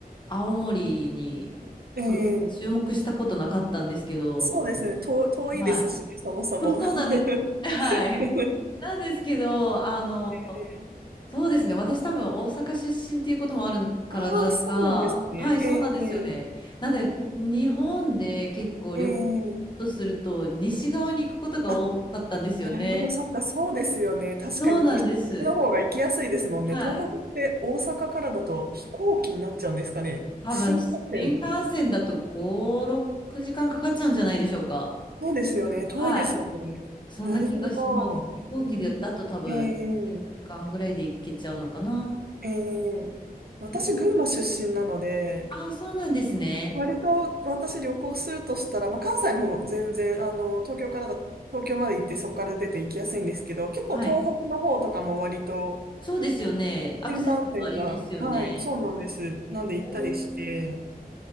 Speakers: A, on the left; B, on the right.
A: 青森に、
B: ええ
A: そうですね、注目したことなかったんですけど、
B: そうですね、遠、遠いですしね、
A: はい。
B: そもそも。
A: <laughs> そうそうなんですよね。
B: <laughs>
A: <laughs> はい。
B: え
A: なんですけど、あの、
B: え
A: そうですね。私多分大阪出身っていうこともあるからなんか、
B: ああ、そうなんですね。
A: はい、
B: え
A: そうなんですよね。
B: え
A: なので、日本で結構旅行
B: ええ
A: とすると、西側に行くことが多かったんですよね。
B: あ、なるほど、そっか、そうですよね。確かに西の方が行きやすいですもんね。
A: そうなんです。はい。
B: 東北って大阪からだと飛行機になっちゃうんですかね。
A: 多分、
B: 新幹線。
A: 新幹線だと5、6時間かんかかっちゃうんじゃないでしょうか。
B: そうですよね。遠いですよね。
A: はい。そんな気がします。
B: なるほど。
A: 飛行機でだと多分、
B: うん、ええ
A: 時間ぐらいで行けちゃうのかな。
B: ええ私、
A: へえ。
B: 群馬出身なので、
A: ああ、そうなんですね。
B: 割と私旅行するとしたら、まあ、関西も全然、あの、東京からだ、東京まで行ってそこから出て行きやすいんですけど、結構東北の方とかも割と
A: はい。そうですよね。アクセスがいいですよね。
B: 新幹線が、はい、そうなんです。なんで行ったりして、
A: おー。